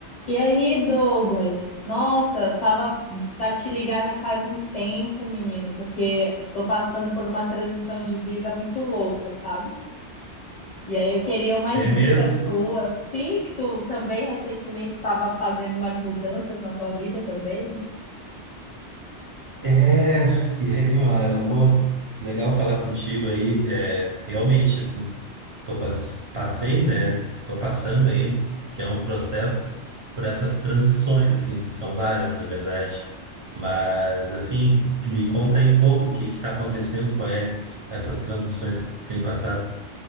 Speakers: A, on the left (about 50°); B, on the right (about 60°).
A: E aí, Douglas? Nossa, tava pra te ligar já faz um tempo, menino, porque tô passando por uma transição de vida muito louca, sabe? E aí eu queria umas
B: É mesmo?
A: dicas tuas. Sei que tu também recentemente estava fazendo umas mudanças na tua vida também, né?
B: É, e é demais, amor. Legal falar contigo aí. É, realmente, assim, tô pas- passei, né? Tô passando ainda, que é um processo por essas transições, assim, são várias, na verdade. Mas, assim, me conta aí um pouco o que que tá acontecendo, quais essas transições que tem passado.